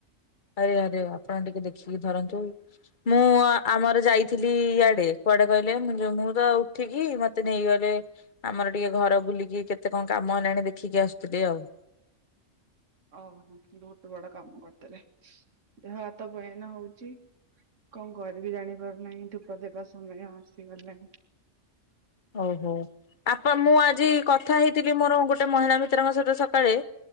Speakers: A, on the left (about 40°); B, on the right (about 70°).
A: ଆରେ ଆରେ ଆପଣ ଟିକେ ଦେଖିକି ଧରନ୍ତୁ। ମୁଁ ଆମର ଯାଇଥିଲି ଇଆଡେ କୁଆଡେ କହିଲେ ମୁଁ ମୁଁ ତ ଉଠିକି ମତେ ନେଇଗଲେ ଆମର ଟିକେ ଘର ବୁଲିକି କେତେ କଣ କାମ ହେଲାଣି ଦେଖିକି ଆସୁ ଥିଲି। ଆଉ
B: ଓହୋ ବହୁତ ବଡ କାମ କରିଦେଲେ। ଦେହ ହାତ ପେନ ହଉଚି? କଣ କରିବି ଜାଣିପାରୁନାହିଁ ଧୂପ ଦେବା ସମୟ ଆସିଗଲାଣି।
A: ହଉ ହଉ। ଆପ ମୁଁ ଆଜି କଥା ହେଇଥିଲି ମୋର ଗୋଟେ ମହିଳା ମିତ୍ରଙ୍କ ସହିତ ସକାଳେ